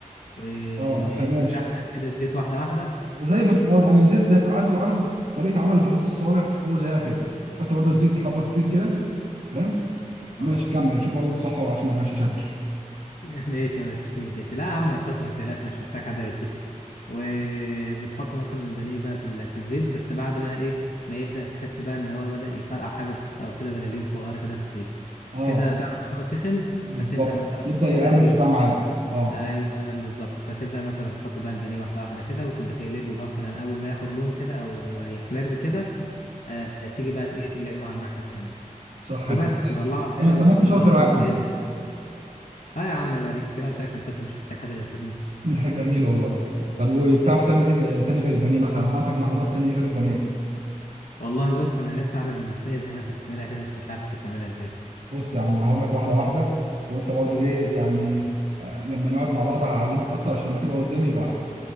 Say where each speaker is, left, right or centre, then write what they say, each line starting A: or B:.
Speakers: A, on the left (about 75°); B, on the right (about 65°).
A: ونسخن
B: اه ماشي
A: كده الزيت واحده واحده
B: زي بط... اه يعني زيت زي... عارف عارف طريقه عمل البطاطس الصوابع هو زيها كده تحط برضو الزيت حبه كتير كده فاهم ماشي
A: اه
B: كمل شوف برضو تصحى عشان ما غششكش
A: <laughs> ماشي ما تغششنيش ماشي لا يا عم انا شاطر ما تقلقش مش محتاج حد يغششني وبتحط مثلا البانيه بقى في ال- في الزيت بس بعد ما ايه ما يبدأ تحس بقى ان هو بدأ يفرقع حاجه بسيطه او كده بلالين صغيره كده في الزيت
B: اه
A: كده تعرف ان هو سخن
B: بالظبط
A: فتبدأ مثلا
B: يبدا
A: تحط
B: يقرمش
A: بقى ايه
B: بقى معاك اه
A: ايوه بالظبط فتبدأ مثلا تحط بقى البانيه واحده واحده كده وتبقى تقلبه مثلا اول ما ياخد لون كده او يحمر كده آه تيجي بقى ايه تقلبه على الناحيه التانيه
B: صح
A: وبس
B: انت كده
A: تطلعه كده
B: لا، طب
A: وتنضفه
B: ما انت شاطر أهو
A: من
B: يا
A: الزيت
B: عم
A: اه يا عم عيب عليك مش انا قلت لك انا شاطر مش محتاج حد يغششني
B: <laughs> جميل والله طب وبتعرف تعمل ايه تاني غير البانيه مثلا أو عندك معلومات تاني إيه غير البانيه
A: والله بص انا نفسي اعمل الملوخيه زي ما انت بتعملها كده بس مش عارف انت بتعملها ازاي
B: بص يا عم انا هقول لك واحده واحده وانت برضو ايه يعني آه، لما نقعد مع بعض هعلمك اكتر عشان لما تبقى قدامي يبقى احسن